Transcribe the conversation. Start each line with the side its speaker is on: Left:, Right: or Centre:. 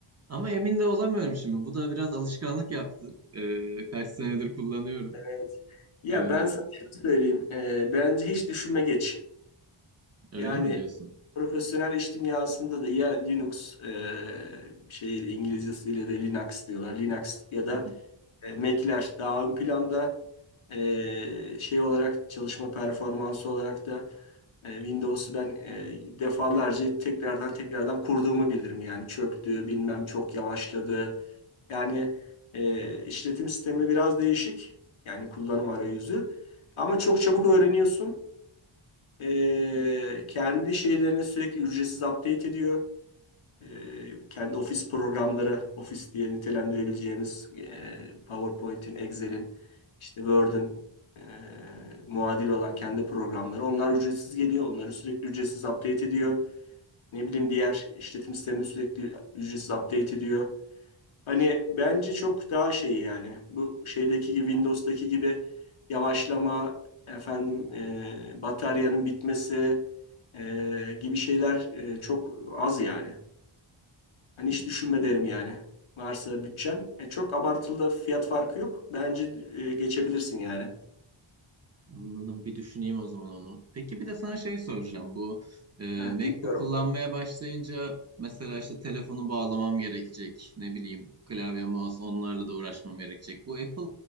Right: Ama emin de olamıyorum şimdi. Bu da biraz alışkanlık yaptı. E, kaç senedir kullanıyorum.
Left: Evet. Ya
Right: E,
Left: ben sana şunu söyleyeyim. Ee, bence hiç düşünme geç.
Right: öyle
Left: Yani
Right: mi diyorsun?
Left: profesyonel iş dünyasında da ya Linux e, şey İngilizcesiyle de Linux diyorlar. Linux ya da
Right: Hı
Left: e, Mac'ler daha ön planda E, şey olarak çalışma performansı olarak da e, Windows'u ben e, defalarca tekrardan tekrardan kurduğumu bilirim. Yani çöktü, bilmem çok yavaşladı. Yani e, işletim sistemi biraz değişik. Yani kullanım arayüzü. Ama çok çabuk öğreniyorsun. Ee, kendi şeylerini sürekli ücretsiz update ediyor e, kendi ofis programları, ofis diye nitelendirebileceğimiz e, PowerPoint'in, Excel'in, işte Word'ün e, muadili olan kendi programları. Onlar ücretsiz geliyor. Onları sürekli ücretsiz update ediyor. Ne bileyim diğer işletim sistemini sürekli ücretsiz update ediyor. Hani bence çok daha şey yani bu şeydeki gibi windows'daki gibi yavaşlama efendim e, bataryanın bitmesi e, gibi şeyler e, çok az yani. Hani
Right: hı.
Left: hiç düşünme derim yani. Varsa bütçen. E, çok abartılı da fiyat farkı yok. Bence e, geçebilirsin yani.
Right: Anladım. Bir düşüneyim o zaman onu. Peki bir de sana şey soracağım. Bu e,
Left: Heh,
Right: MacBook
Left: dinliyorum.
Right: kullanmaya başlayınca mesela işte telefonu bağlamam gerekecek. Ne bileyim klavye, mouse onlarla da uğraşmam gerekecek. Bu Apple